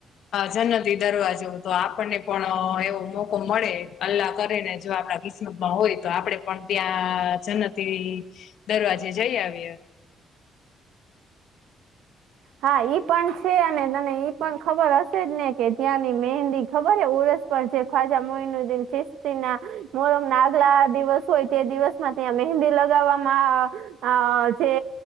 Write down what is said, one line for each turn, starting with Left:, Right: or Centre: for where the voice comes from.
Left: જનતી દરવાજો તો આપણને પણ એવો મોકો મળે અલ્લાહ કરેને જો આપડા કિસ્મતમાં હોય તો આપડે પણ ત્યાં જનત તે દરવાજે જઈ આવીએ.
Right: હા ઈ પણ છે અને તને ઈ પણ ખબર હશે જ ને કે ત્યાંની મહેંદી ખબર હ ઉરસ જે ખ્વાજા મઈનુદ્દદીન ચિસ્તિ ના, મોહરમ ના આગલા દિવસ હોય તે દિવસમાં ત્યાં મહેંદી લગાવવામાં અ જે